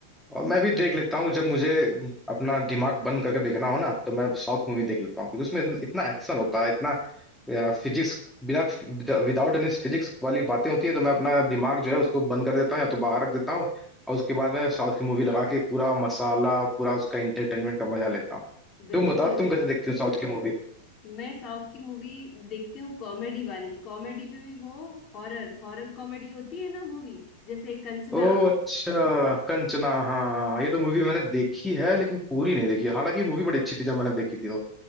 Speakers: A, in the centre; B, on the left (about 35°).
A: और मैं भी देख लेता हूँ जब मुझे अपना दिमाग बंद करके देखना हो ना तो मैं साउथ मूवी देख लेता हूँ क्योंकि उसमें इतना इतना एक्शन होता है इतना फिजिक्स बिना विदाउट एनी फिजिक्स वाली बातें होती है तो मैं अपना दिमाग जो है उसको बंद कर देता हूँ या तो बाहर रख देता हूँ और उसके बाद मैं साउथ की मूवी लगा के पूरा मसाला पूरा उसका एंटरटेनमेंट का मजा लेता हूँ तो
B: बिल्कुल
A: तुम बताओ तुम कैसे देखती हो साउथ की मूवी
B: मैं साउथ की मूवी देखती हूँ कॉमेडी वाली कॉमेडी पे भी वो हॉरर हॉरर कॉमेडी होती है ना मूवी जैसे कंचना
A: ओ अच्छा कंचना हाँ हाँ हाँ, ये तो मूवी मैंने देखी है लेकिन पूरी नहीं देखी है। हालांकि मूवी बड़ी अच्छी थी जब मैंने देखी थी तो